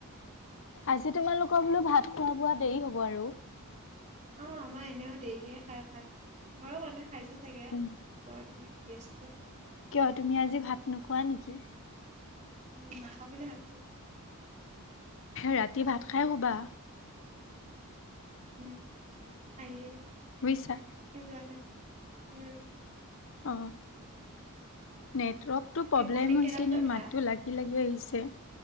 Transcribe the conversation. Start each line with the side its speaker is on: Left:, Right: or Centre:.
Left: আজি তোমালোকৰ বোলো ভাত খোৱা বোৱা দেৰি হ'ব আৰু
Right: অ আমাৰ এনেও দেৰিক খাই ভাত ঘৰৰ মানুহে খাইছে চাগে
Left: উম।
Right: মোৰ ওপৰত ধুন। <unintelligible>
Left: কিয় তুমি আজি ভাত নোখোৱা নেকি?
Right: উম নাখাওঁ বুলি ভাবিছো।
Left: ৰাতি ভাত খাই শোবা
Right: উম আএ
Left: বুজিছা।
Right: মানুটো যোৱা নাই উম।
Left: অ নেটৱৰ্কতটো
Right: বাকী
Left: প্ৰব্লেম
Right: মৰ্ণিং
Left: হৈছে
Right: কেইটা বজাত
Left: নি
Right: উঠা
Left: মাততো লাগি লাগি আহিছে।